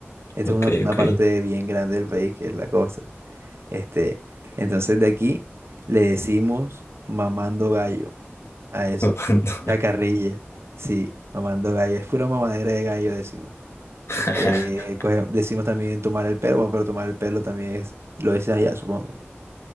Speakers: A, on the right; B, on the left.
A: Esta
B: ok,
A: es una, una
B: ok.
A: parte bien grande del país, que es la costa. Este, entonces de aquí le decimos mamando gallo a
B: <laughs>
A: eso.
B: Tomando.
A: Chacarrilla. Sí, mamando gallo. Es pura mamadera de gallo, decimos.
B: <laughs>
A: Eh, coge- decimos también tomar el pelo, bueno, pero tomar el pelo también es, lo dicen allá, supongo.